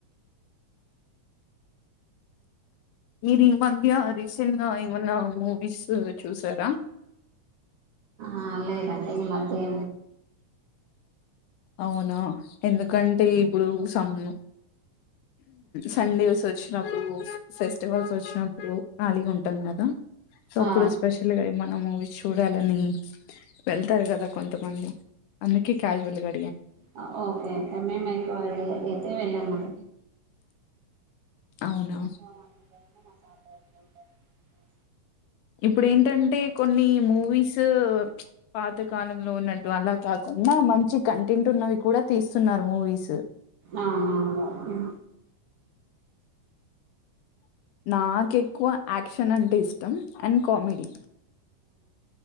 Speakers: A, on the left; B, on the right.
A: మీర్ ఈ మధ్య రీసెంట్గా ఏమన్న మూవీస్ చూసారా?
B: ఆ లేదండి ఈ మధ్య ఏ
A: అవునా ఎందుకంటే ఇప్పుడు సమ్ సండేస్ వచ్చినప్పుడు ఫెస్టివల్స్ వచ్చినప్పుడు ఖాళీగుంటాం గదా సో
B: ఆ
A: అప్పుడు స్పెషల్గ ఏమన్న మూవీస్ చు చూడాలని వెళ్తార్ గదా కొంతమంది అందుకే క్యాస్యువల్గా
B: ఆ ఓకే మేం ఎక్కువ ఎటే వెళ్ళమం
A: అవునా
B: ఎక్కువ మాకు <inaudible>
A: ఇప్పుడ్ ఏంటంటే కొన్ని మూవీస్ పాత కాలంలో ఉన్నట్టు అలా కాకుం డా మంచి కంటెంట్ ఉన్నవి కూడా తీస్తున్నారు మూవీస్
B: ఆ అవును
A: నాక్కువ యాక్షన్ అంటే ఇష్టం అండ్ కామెడీ